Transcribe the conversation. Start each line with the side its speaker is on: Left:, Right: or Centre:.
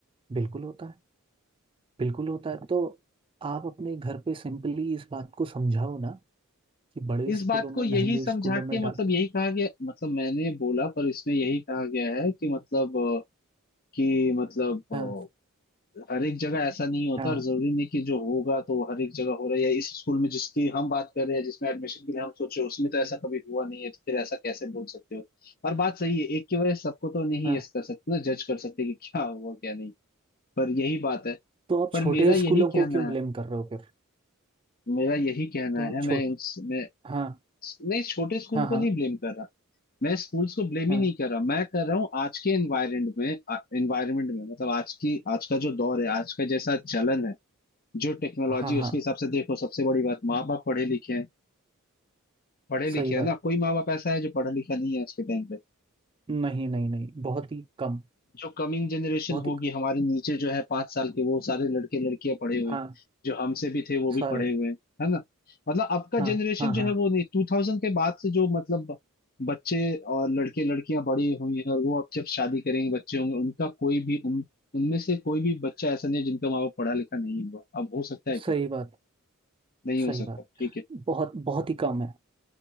Right: बिल्कुल होता है बिल्कुल होता है तो आप अपने घर पे सिंपली इस बात को समझाओ ना कि बड़े
Left: इस
Right: स्कूलों
Left: बात
Right: में
Left: को यही
Right: महंगे
Left: समझा
Right: स्कूलों
Left: के
Right: में डाल
Left: मतलब यही कहा गया मतलब मैंने बोला पर इसमें यही कहा गया है कि मतलब अ, कि मतलब
Right: हाँ
Left: हर एक जगह ऐसा नहीं होता
Right: हाँ
Left: और जरूरी नहीं कि जो होगा तो हर एक जगह हो रहा है या इस स्कूल में जिसकी हम बात कर रहे हैं जिसमें एडमिशन के लिए हम सोच रहे हैं उसमें तो ऐसा कभी हुआ नहीं है तो फिर ऐसा कैसे बोल सकते हो और बात सही है एक की वजह से सबको तो नहीं
Right: हाँ
Left: यस कर सकते ना जज कर सकते कि क्या हुआ क्या नहीं पर यही बात है
Right: तो आप
Left: पर
Right: छोटे
Left: मेरा
Right: स्कूलों
Left: यही कहना
Right: को क्यों ब्लेम
Left: है
Right: कर रहे हो फिर
Left: मेरा यही कहना
Right: तो आप
Left: है
Right: छोटे
Left: मैं उस मैं
Right: हाँ
Left: नहीं छोटे स्कूल
Right: हाँ
Left: को
Right: हाँ
Left: नहीं ब्लेम कर रहा मैं स्कूल्स को ब्लेम
Right: हाँ
Left: ही नहीं कर रहा मैं कर रहा हूँ आज के एनवायरमेंट में एनवायरमेंट में मतलब आज की आज का जो दौर है आज का जैसा चलन है जो टेक्नोलॉजी
Right: हाँ
Left: उसके
Right: हाँ
Left: हिसाब से देखो सबसे बड़ी बात माँ बाप पढ़े लिखे हैं पढ़े लिखे
Right: सही बात
Left: है ना कोई माँ बाप ऐसा है जो पढ़ा लिखा नहीं है आज के टाइम पे
Right: नहीं नहीं नहीं बहुत ही कम
Left: जो कमिंग जनरेशन
Right: बहुत
Left: होगी
Right: ही
Left: हमारे नीचे जो है पांच साल के वो सारे लड़के लड़कियां पढ़े हुए
Right: हाँ
Left: हैं जो हमसे भी थे वो भी
Right: सारे
Left: पढ़े हुए हैं है ना मतलब अब का
Right: हाँ
Left: जनरेशन
Right: हाँ हाँ
Left: जो है वो नहीं टू थाउजेंड के बाद से जो मतलब बच्चे और लड़के लड़कियां बड़ी हुई हैं और वो अब जब शादी करेंगे बच्चे होंगे उनका कोई भी उन उनमें से कोई भी बच्चा ऐसा नहीं है जिनका माँ बाप पढ़ा लिखा नहीं हुआ अब हो सकता है
Right: सही
Left: क्या
Right: बात
Left: नहीं हो
Right: सही
Left: सकता
Right: बात
Left: ठीक है
Right: बहुत बहुत ही कम है